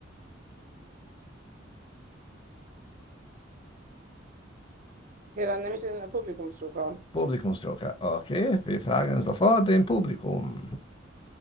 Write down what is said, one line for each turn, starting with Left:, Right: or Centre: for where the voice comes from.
Right: Hier, dann nehme ich den Publikumsjoker.
Left: Publikumsjoker. Okay, wir fragen sofort dem Publikum.